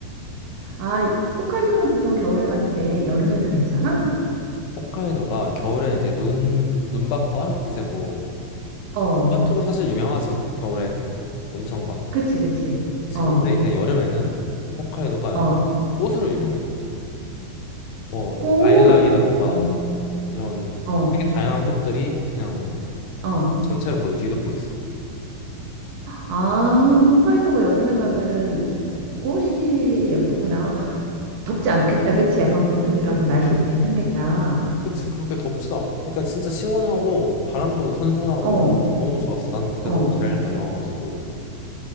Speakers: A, on the right (about 70°); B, on the left (about 75°).
A: 아, 홋카이도는 보통 겨울에 가는데, 여름에도 괜찮아?
B: 호카이도가 겨울에 이제 눈, 눈밭과 이제 뭐
A: 어,
B: 눈밭으로 사실 유명하지. 겨울에 온천과.
A: 그치, 그치.
B: 지-
A: 어,
B: 근데 이제 여름에는 호카이도가
A: 어.
B: 꽃으로 유명해. 뭐
A: 꽃!
B: 라일락이라던가
A: 어,
B: 이런 되게
A: 어,
B: 다양한 꽃들이 그냥 홋카이도
A: 어.
B: 전체를 거의 뒤덮고 있어.
A: 아, 홋카이도가 여름에 가면은 꽃이 예쁘구나. 덥지 않겠다, 그치? 약간 북쪽이라서 날씨도 괜찮겠다.
B: 그치 그렇게 덥지도 않- 그러니까 진짜 시원하고 바람도 선선하고
A: 어,
B: 너무 좋았어. 난 그때
A: 어.
B: 너무 잘 다녀와가지고